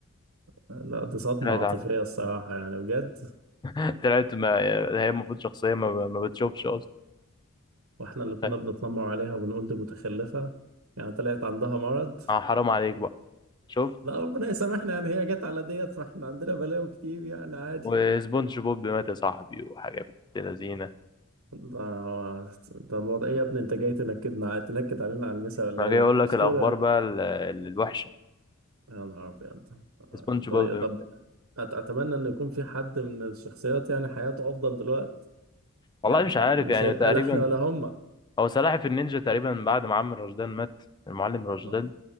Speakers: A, on the right; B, on the left.
A: لا دي صدمة
B: طلعت
A: عاطفية
B: عامل
A: الصراحة يعني بجد
B: <laughs> طلعت ما هي المفروض شخصية ما, ما بتشوفش اصلا
A: واحنا اللي كنا
B: تخيل.
A: بنتنمر عليها وبنقول دي متخلفة يعني طلعت عندها مرض
B: اه حرام عليك بقى شفت
A: لا ربنا يسامحنا يعني هي جت على ديت ما احنا عندنا بلاوي كتير يعني عادي
B: وسبونج بوب مات يا صاحبي وحاجة بنت لذينة
A: ده ده الوضع ايه يا ابني انت جاي تنكدنا ع- تنكد علينا على المسا ولا
B: ما
A: ايه
B: جاي اقول لك
A: مش
B: الاخبار
A: كده
B: بقى ال- ال- الوحشة
A: يا نهار ابيض آه،
B: سبونج
A: طيب
B: بوب مات.
A: طب أت- اتمنى ان يكون في حد من الشخصيات يعني حياته افضل دلوقتي
B: والله
A: يعني
B: مش عارف
A: مش
B: يعني
A: هيبقى
B: تقريبا
A: لا احنا ولا هما
B: هو سلاحف النينجا تقريبا بعد ما عم رشدان مات المعلم رشدان
A: اه